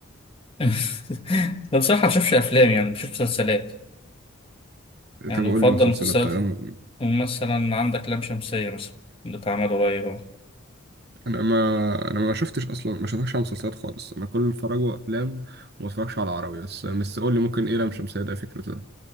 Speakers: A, on the left (about 25°); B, on the right (about 50°).
A: <laughs> ده بصراحة ما بشوفش أفلام يعني بشوف مسلسلات يعني
B: طب قول
A: بفضل
B: لي مسلسلات
A: مسلسلات
B: طيب أنا
A: مثلا عندك لام شمسية مثلا اللي اتعمل قريب أهو
B: أنا ما أنا ما شفتش أصلا ما شفتش على مسلسلات خالص أنا كل اتفرج أفلام وما اتفرجش على عربي بس بس قول لي ممكن إيه لام شمسية ده فكرته ده